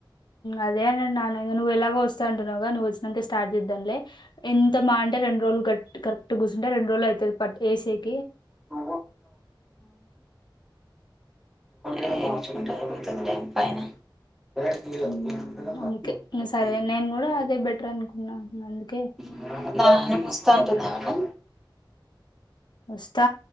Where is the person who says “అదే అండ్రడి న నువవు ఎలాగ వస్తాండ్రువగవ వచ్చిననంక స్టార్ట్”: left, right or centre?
Left